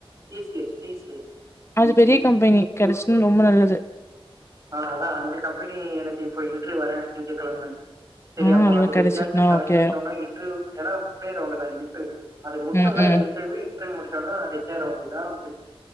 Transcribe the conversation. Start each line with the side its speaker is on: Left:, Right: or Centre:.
Right: T C S T C S
Left: அது பெரிய கம்பனி கெடச்சுஸ்னா ரொம்ப நல்லது
Right: ஆ அதா அந்த கம்பனி எனக்கு இப்போ இன்ட்ரிவ் வர திங்ககெழம எனக்கு சரி
Left: ஆ
Right: அப்ப அதுல
Left: கெடச்சிட்னா
Right: எப்டியாச்சு செலக்ட்டாயிட்டோம்னா
Left: ஓகே
Right: இன்டர்வியூ ஏன்னா ஒரே ரவுண்டு தா இன்ட்ர்யூ அது முடுச்சோம்னா
Left: ம் ம்
Right: இன்டர்வியூ இன்டர்வியூ முடுச்சோனா ஹெச் ஆர் வருது வேல முடுன்ச்சு